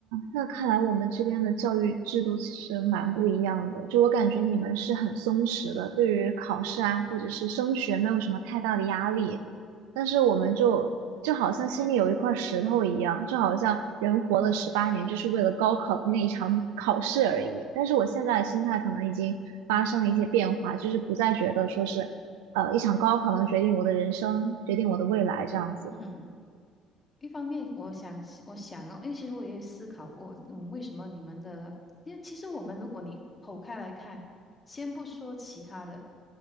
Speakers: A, on the right; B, on the left.
A: 那看来我们这边的教育制度其实蛮不一样的。就我感觉你们是很松弛的，对于考试啊或者是升学没有什么太大的压力，但是我们就就好像心里有一块石头一样，就好像人活了十八年就是为了高考的那一场考试而已。但是我现在的心态可能已经发生了一些变化，就是不再觉得说是呃一场高考能决定我的人生，决定我的未来这样子。
B: 嗯。一方面，我想是我想哦，因为其实我也思考过，嗯，为什么你们的，因为其实我们如果你剖开来看，先不说其他的，